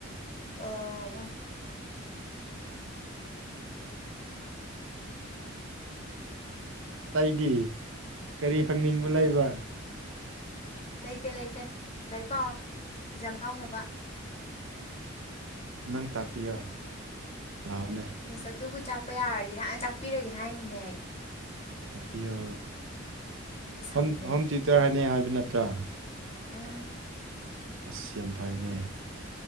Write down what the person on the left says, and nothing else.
ꯑꯣ
ꯂꯩꯇꯦ ꯂꯩꯇꯦ ꯂꯥꯏꯔꯤꯛ ꯄꯥꯎ ꯑꯦꯛꯖꯥꯝ ꯐꯥꯎꯅꯕ
ꯏꯁ ꯑꯗꯨꯕꯨ ꯊꯥꯛꯄ ꯌꯥꯔꯗꯤ ꯅꯍꯥꯟꯅ ꯊꯥꯛꯄꯤꯔꯒꯦ ꯍꯥꯏꯅꯤꯅꯦ ꯑꯩ
ꯁꯪꯗꯦ
ꯎꯝ